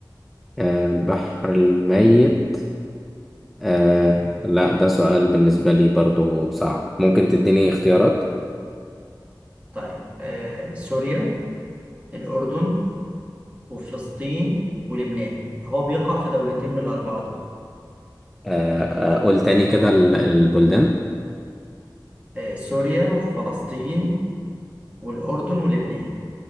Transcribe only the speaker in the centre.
آه البحر الميت آه
لا ده سؤال بالنسبة لي برضو صعب ممكن تديني اختيارات
آه آه قول تاني كده ال- البلدان